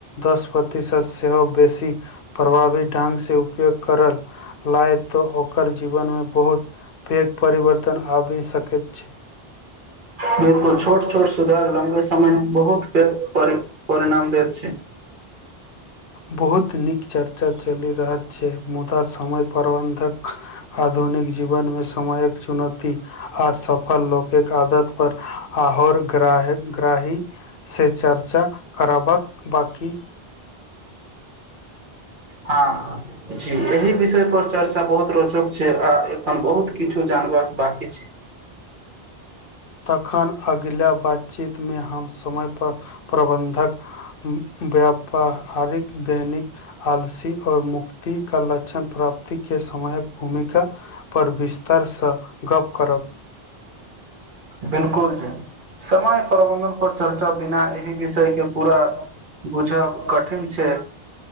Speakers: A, on the left; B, on the right.
A: दस प्रतिशत सेहो बेसी प्रभावी ढंग से ऊपर उपयोग करल लायक त ओ ओकर जीवनमे बहुत पैघ परिवर्तन आबि सकैत छै
B: बिल्कुल छोट छोट सुधार लम्बे समय मे बहुत पैघ परिणाम देैत छै
A: बहुत नीक चर्चा चलि रहल छै मुदा समय प्रबन्ध आधुनिक जीवनमे समयक चुनौती आ सब फल लोकौकिक आदत पर आर ग्र ग्राही से चर्चा खराबक बाकी
B: हँ जी एहि विषय पर चर्चा बहुत रोचक छै आ एखन बहुत किछु जानबाक बकी छै
A: तखन अगिला बातचीत मे हम समय पर प्रबन्धक व्यापरिक दैनिक आलसी आओर मुक्तक लक्षण प्राप्त के समयक भूमिका पर विस्तार तरस स गप करब
B: बिलकुल जी समय प्रबंधन पर चर्चा बिना एहि विषय के पूरा बुझब कठिन छै